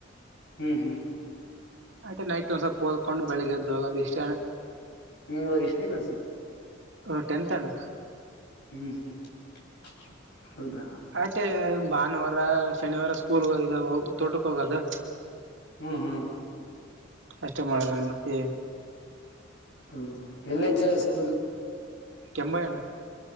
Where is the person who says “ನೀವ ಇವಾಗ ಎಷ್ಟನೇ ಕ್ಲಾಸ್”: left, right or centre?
Left